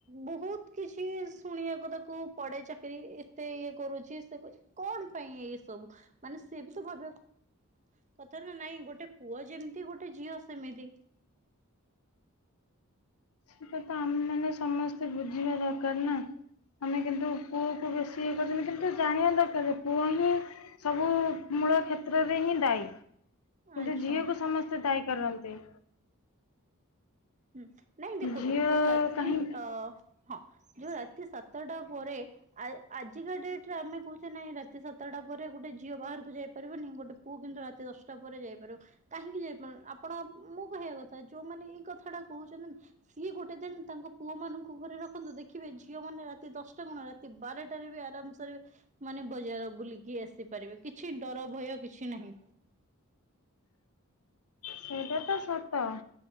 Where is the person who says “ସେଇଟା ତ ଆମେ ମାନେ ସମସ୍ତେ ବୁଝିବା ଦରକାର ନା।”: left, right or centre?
Left